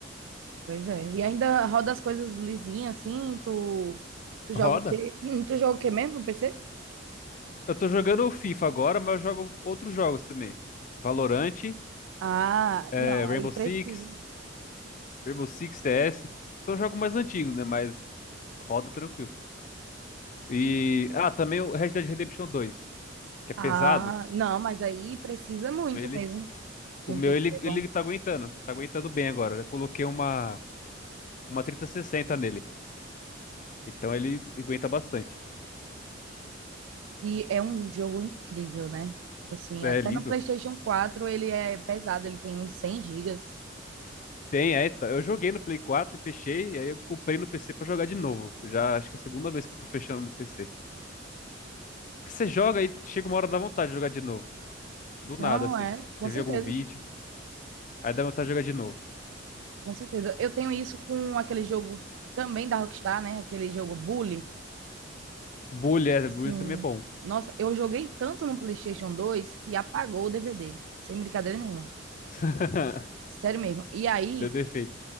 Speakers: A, on the right; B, on the left.
A: Pois é. E ainda roda as coisas lisinhas, assim, tu, tu joga
B: Roda.
A: o quê? Hum, Tu joga o quê mesmo no PC?
B: Eu tô jogando o FIFA agora, mas eu jogo outros jogos também. Valorant,
A: Ah,
B: é,
A: não,
B: Rainbow
A: aí precisa.
B: Six, Rainbow Six C S, São jogos mais antigos, né? Mas roda tranquilo. E. Ah, também o Red Dead Redemption dois que é
A: Ah,
B: pesado.
A: não, mas aí precisa muito
B: Ele.
A: mesmo
B: O
A: de
B: meu,
A: um PC
B: ele, ele
A: bom.
B: tá aguentando. Tá aguentando bem agora. Eu coloquei uma, uma trinta sessenta nele. Então ele aguenta bastante.
A: E é um jogo incrível, né? Tipo assim,
B: É
A: até
B: lindo.
A: no PlayStation 4 ele é pesado, ele tem uns 100 gigas.
B: Tem, é. tá. Eu joguei no Play 4 e fechei. E aí eu comprei no PC pra jogar de novo. Já acho que é a segunda vez que eu tô fechando no PC. Você joga e chega uma hora da vontade de jogar de novo. Do
A: Não,
B: nada, assim.
A: é, com
B: Você
A: certeza,
B: vê algum vídeo, aí dá vontade de jogar de novo.
A: com certeza. Eu tenho isso com aquele jogo também da Rockstar, né? Aquele jogo Bully.
B: Bully, é,
A: Assim,
B: Bully também é bom.
A: nossa, eu joguei tanto no PlayStation 2 que apagou o DVD, sem brincadeira nenhuma.
B: <laughs>
A: Sério mesmo. E aí,
B: Deu defeito.